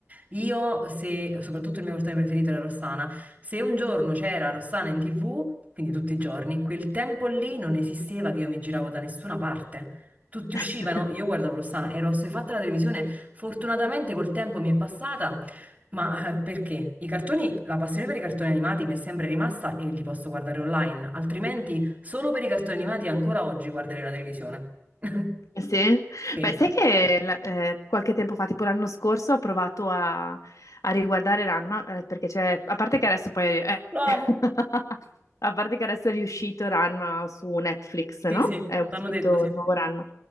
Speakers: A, on the right; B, on the left.
A: Io, se, soprattutto il mio cartone preferito era Rossana, se un giorno c'era Rossana in TV, quindi tutti i giorni, quel tempo lì non esisteva che io mi giravo da nessuna parte. Tutti
B: <laughs>
A: uscivano, io guardavo Rossana, ero assuefatta alla televisione. Fortunatamente col tempo mi è passata, ma eh, perché? I cartoni, la passione per i cartoni animati mi è sempre rimasta e li posso guardare online, altrimenti solo per i cartoni animati ancora oggi guarderei la televisione. <laughs>
B: Sì,
A: Sì,
B: beh, sai che la- eh, qualche tempo fa, tipo l'anno scorso, ho provato a, a riguardare Ranma, eh, perché c'è, a parte che adesso poi, eh,
A: Lo amo.
B: <laughs> a parte che adesso è riuscito Ranma su Netflix,
A: sì,
B: no?
A: sì,
B: È uscito
A: l'hanno detto, sì.
B: il nuovo Ranma,